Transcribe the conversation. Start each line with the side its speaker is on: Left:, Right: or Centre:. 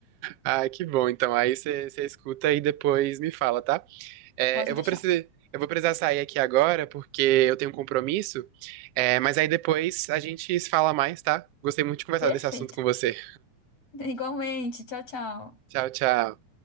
Right: Ah, que bom. Então aí você você escuta e depois me fala, tá? É,
Left: Pode
Right: eu
Left: deixar.
Right: vou precisar, eu vou precisar sair aqui agora porque eu tenho um compromisso. É, mas aí depois a gente se fala mais, tá? Gostei muito de conversar
Left: Perfeito.
Right: desse assunto com você.
Left: <laughs> Igualmente. Tchau, tchau.
Right: Tchau, tchau.